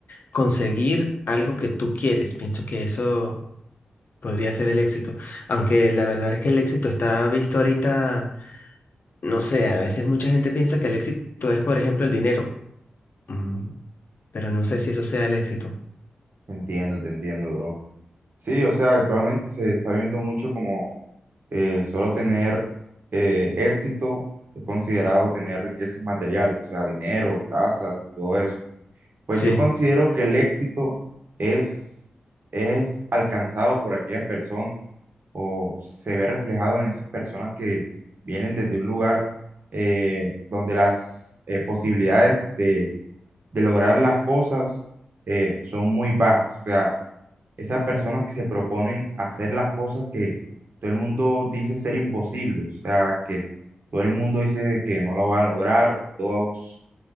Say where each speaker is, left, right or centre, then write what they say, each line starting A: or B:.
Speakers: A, on the left (about 60°); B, on the right (about 60°).
A: conseguir algo que tú quieres. Pienso que eso podría ser el éxito. Aunque la verdad es que el éxito está visto ahorita, no sé, a veces mucha gente piensa que el éxito es, por ejemplo, el dinero. Mm, Pero no sé si eso sea el éxito.
B: Te entiendo, te entiendo, bro. Sí, o sea, actualmente se está viendo mucho como eh, solo tener eh, éxito es considerado tener riquezas materiales, o sea, dinero, casa y todo eso. Pues
A: Sí,
B: yo considero que el éxito es, es alcanzado por aquellas personas o se ve reflejado en esas personas que vienen desde un lugar eh, donde las eh, posibilidades de, de lograr las cosas eh, son muy bajas. O sea, esas personas que se proponen hacer las cosas que todo el mundo dice ser imposible, o sea, que todo el mundo dice que no lo va a lograr, todas